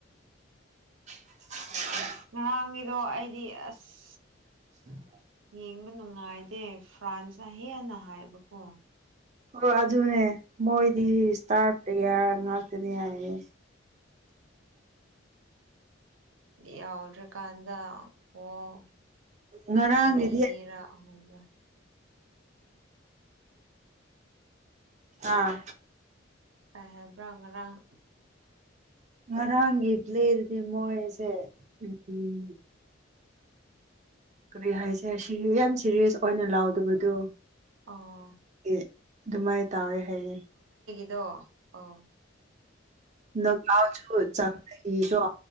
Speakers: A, on the right (about 35°); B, on the right (about 85°).
A: <inaudible>
B: ꯉꯔꯥꯡꯒꯤꯗꯣ ꯑꯩꯗꯤ ꯑꯁ
A: ꯎ
B: ꯌꯦꯡꯕ ꯅꯨꯡꯉꯥꯏꯗꯦ ꯐ꯭ꯔꯥꯟꯁꯅ ꯍꯦꯟꯅ ꯍꯥꯏꯕꯀꯣ
A: ꯍꯣꯏ ꯑꯗꯨꯅꯦ ꯃꯣꯏꯗꯤ ꯏꯁꯇꯥꯔ ꯄ꯭ꯂꯦꯌꯥꯔ ꯉꯥꯛꯇꯅꯦ ꯍꯥꯏꯌꯦ
B: ꯌꯥꯎꯗ꯭ꯔ ꯀꯥꯟꯗ ꯑꯣꯣ
A: ꯉꯔꯥꯡꯒꯤꯗꯤ
B: ꯅꯤꯔꯥ ꯍ꯭ꯔ
A: ꯑꯥ
B: ꯑꯕ꯭ꯔꯉ ꯔꯥꯡ
A: ꯉꯔꯥꯡꯒꯤ ꯄ꯭ꯂꯦꯠꯗꯤ ꯃꯣꯏꯁꯦ ꯎꯝ ꯀꯔꯤ ꯍꯥꯏꯁꯦ ꯌꯥꯝ ꯁꯤꯦꯔꯤꯌꯁ ꯑꯣꯏꯅ ꯂꯥꯎꯗꯕꯗꯣ
B: ꯑꯣ
A: ꯑꯗꯨꯃꯥꯏꯅ ꯇꯥꯎꯋꯦ ꯍꯥꯏꯅꯤ
B: ꯑꯗꯣ ꯑ
A: ꯅꯀꯥꯎꯁꯨ ꯆꯪꯒꯤꯔꯣ